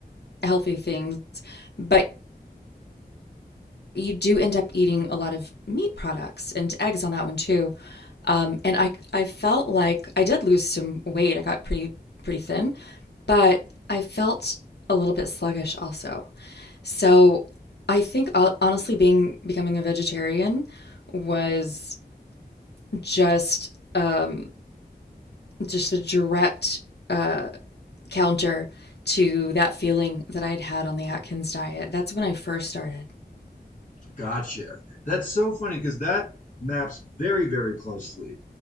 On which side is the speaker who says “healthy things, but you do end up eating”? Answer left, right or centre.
Left